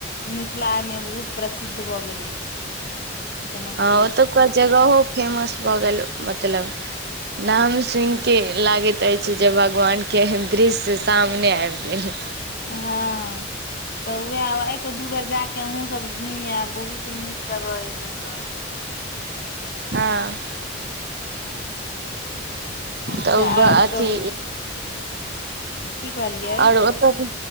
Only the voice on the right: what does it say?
हँ ओतुका जगहो फेमस भऽ गेल मतलब नाम सुनिके लागैत अछि जे भगवान के दृश्य सामने आबि गेल
हँ
त उ
अथी
आओर ओतऽ